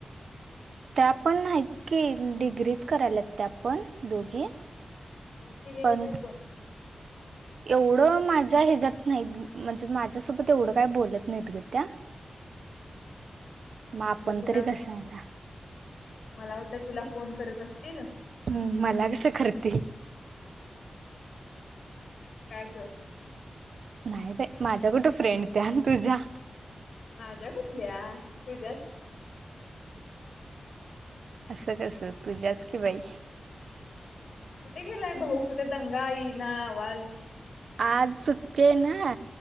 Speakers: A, on the right (about 80°); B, on the left (about 80°).
A: त्या आपण नाहीत की डिग्रीच करायला त्या आपण दोघी
B: कोण केलेले
A: पण
B: काय कोण
A: एवढं माझ्या ह्याच्यात नाहीत म्हणजे माझ्यासोबत एवढं काय बोलत नाहीत ग त्या मग
B: म्हटलं
A: आपण
B: तुला
A: तरी कस आहेला
B: मला वाटलं तुला फोन करत असतील
A: हम् मला कसं कररते
B: काॅगल
A: नाही बा माझ्या कुठे फ्रेंड त्या ना तुझ्या
B: माझ्या कुठल्या तझ्या
A: असं कस तुझ्यास की बाई
B: कुठे गेलाय भाऊ कुठे दंगा आईना आवाज
A: आज सुटे ना